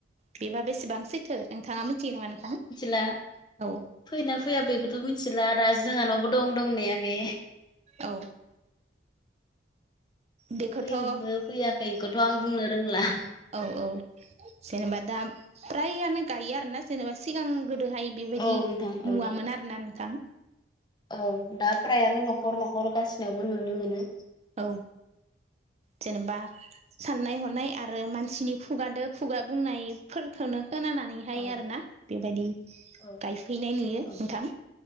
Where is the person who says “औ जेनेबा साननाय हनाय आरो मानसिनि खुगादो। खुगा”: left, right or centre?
Right